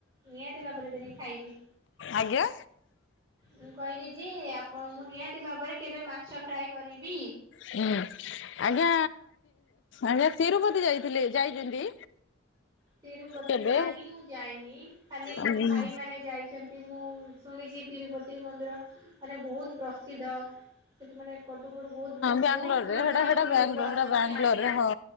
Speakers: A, on the right; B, on the left.
A: ନିହାତି ଭାବରେ ଦିନେ ଖାଇବି।
B: ଆଜ୍ଞା।
A: ମୁଁ କହିଲି ଯେ ଆପଣ ମୁଁ ନିହାତି ଭାବରେ କେବେ ମାଛ ଫ୍ରାଏ କରିବି।
B: ହୁଁ ଆଜ୍ଞା ଆଜ୍ଞା ତିରୁପତି ଯାଇଥିଲେ ଯାଇଛନ୍ତି।
A: ତିରୁପତି
B: କେବେ
A: ନାହିଁ ମୁଁ ଯାଇନି ଖାଲି
B: ହଁ
A: ମୋ ଭାଇମାନେ ଯାଇଛନ୍ତି ମୁଁ ଶୁଣିଛି ତିରୁପତି ମନ୍ଦିର ମାନେ ବହୁତ ପ୍ରସିଦ୍ଧ। ସେଠିମାନେ କ୍ୱାଡୁକ୍ୱାଡୁ ବହୁତ ବହୁ
B: ବାଙ୍ଗାଲୋରରେ
A: ବହୁତ ଦୂର
B: ହେଟା
A: ଦୂରାନ୍ତରୁ
B: ହେଟା ବାଙ୍ଗ
A: ଲୋକ
B: ହେଟା
A: ଆସନ୍ତି
B: ବାଙ୍ଗାଲୋରରେ
A: ଆଜ୍ଞା।
B: ହଁ।